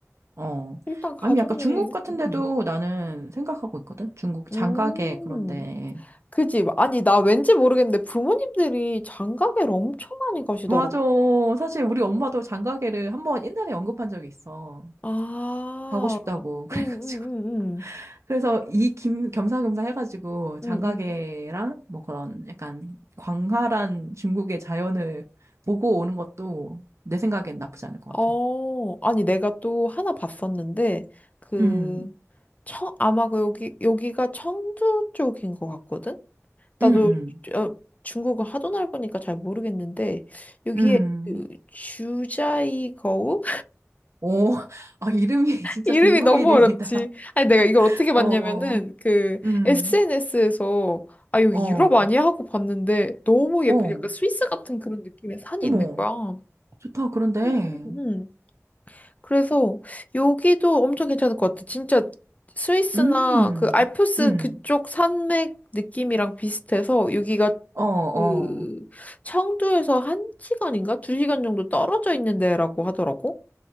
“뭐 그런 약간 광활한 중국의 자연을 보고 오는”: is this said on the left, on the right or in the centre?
Right